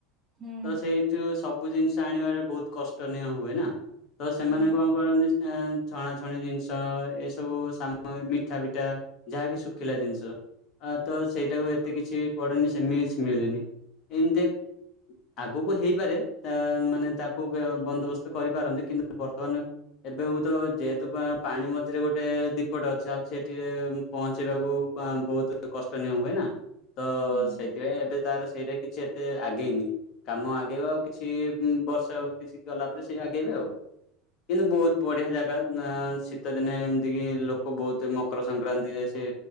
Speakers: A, on the right (about 25°); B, on the left (about 50°).
A: ହୁଁ
B: ତ ସେଇ ଉ ସବୁ ଜିନିଷ ଆଣିବାରେ ବହୁତ କଷ୍ଟନୀୟ ହୁଏ ନା ତ ସେମାନେ
A: ହୁଁ
B: କଣ କରନ୍ତି ସେ ଛଣା ଛଣି ଜିନିଷ ଏସବୁ ସା ପିଠା ପିଠା ଯାହାକି ଶୁଖିଲା ଜିନିଷ। ଆ, ତ ସେଇଟାକୁ ଏତେ କିଛି ପଡେନି ସେମି କିଛି ମିଳେନି, ଏମିତି ଆଗକୁ ହେଇପାରେ ଏ ମାନେ ତାକୁ ବ୍ୟୟ ବନ୍ଦୋବସ୍ତ କରିପାରନ୍ତି କିନ୍ତୁ ବର୍ତ୍ତମାନ ଏବେ ହୁଏତ ଯେହେତୁ ପା ପାଣି ମଝରେ ଗୋଟେ ଦୀପଟେ ଅଛି, ଆଉ ସେ ସେଠିରେ ପହଞ୍ଚେଇବାକୁ ବାଁ ବହୁତ କଷ୍ଟନୀୟ ହୁଏନା। ତ
A: ହୁଁ
B: ସେଇଥିପାଇଁ ଏବେ ତାର ସେଇରେ କିଛି ସେ ଆଗେଇନି, କାମ ଆଗେଇବ ଆଉ କିଛି ବର୍ଷ କିଛି ଗଲା ପରେ ସେ ଆଗେଇବେ ଆଉ। କିନ୍ତୁ ବହୁତ ବଢ଼ିଆ ଜାଗା ନାଁ ଶୀତ ଦିନେ ଏମିତିକିି ଲୋକ ବହୁତ ମ ମକର ସଂକ୍ରାନ୍ତିରେ ସେ